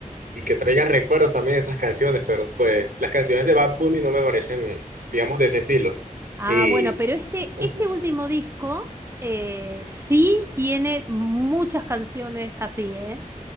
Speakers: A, on the right; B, on the right.
A: Y que traiga recuerdos también esas canciones, pero pues las canciones de Bad Bunny no me parecen, digamos, de ese estilo.
B: Ah,
A: Y
B: bueno, pero este,
A: ujú,
B: este último disco eh, sí tiene muchas canciones así, ¿eh?